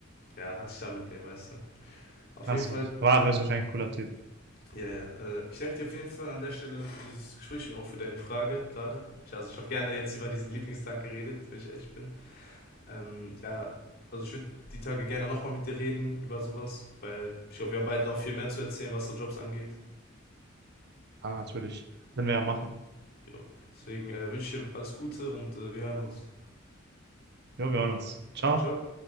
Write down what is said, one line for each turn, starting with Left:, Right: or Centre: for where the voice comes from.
Left: äh, ja, hatte ich da mit dem, weißt du. Auf
Right: Also,
Left: jeden Fall,
Right: war
Left: ähm,
Right: höchstwahrscheinlich ein cooler Typ.
Left: ja, ja. Äh, ich danke dir auf jeden Fall an der Stelle für dieses Gespräch und auch für deine Frage gerade. Ich, also ich habe gerne jetzt über diesen Lieblingstag geredet, wenn ich ehrlich bin. Ähm, ja, also ich würde die Tage gerne nochmal mit dir reden über sowas, weil ich glaube, wir haben beide noch viel mehr zu erzählen, was so Jobs angeht.
Right: Ah, natürlich. Können wir ja machen.
Left: Jo. Deswegen äh, wünsche ich dir alles Gute und äh, wir hören uns.
Right: Jo, wir hören uns. Ciao.
Left: Ciao.